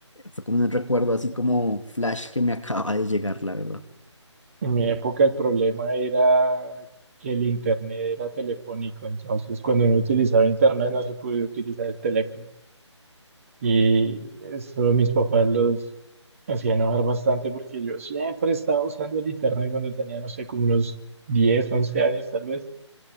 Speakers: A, on the left; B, on the right.
A: fue como un recuerdo así como flash que me <laughs> acaba de llegar, la verdad.
B: En mi época el problema era que el internet era telefónico, entonces cuando no utilizaba internet no se podía utilizar el teléfono. Y eso mis papás los hacía enojar bastante porque yo siempre estaba usando el internet cuando tenía, no sé, como unos 10 11 años tal vez.